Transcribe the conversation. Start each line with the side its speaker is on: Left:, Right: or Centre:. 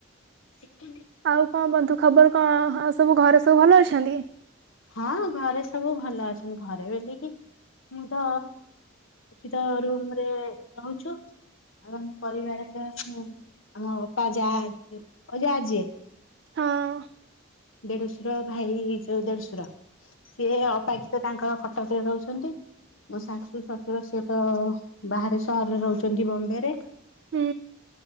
Left: କେତି
Right: ଆଉ କଣ ବନ୍ଧୁ ଖବର କଁ ଆଉ ସବୁ ଘରେ ସବୁ ଭଲ ଅଛନ୍ତି?
Left: ହଁ ଘରେ ସବୁ ଭଲ ଅଛନ୍ତି ଘରେ ବୋଲିକି ମୁଁ ତ ଏଠି ତ ରୁମରେ ରହୁଛୁ। <unintelligible> ପରିବାର <unintelligible> ଆମ ଆପା ଯା <unintelligible>
Right: ହଁ।
Left: ଦେଢଶୁର ଭାଇ ଏଇ ଜଉ ଦେଡଶୁର। ସେ ଅପାକ୍ଷିତ ତାଙ୍କର କଟକରେ ରହୁଛନ୍ତି। ମୋ ଶାଶୁ ଶଶୁର ସିଏ ତ ବାହାରେ ସହରରେ ରହୁଛନ୍ତି ବମ୍ବେ ରେ।
Right: ହୁଁ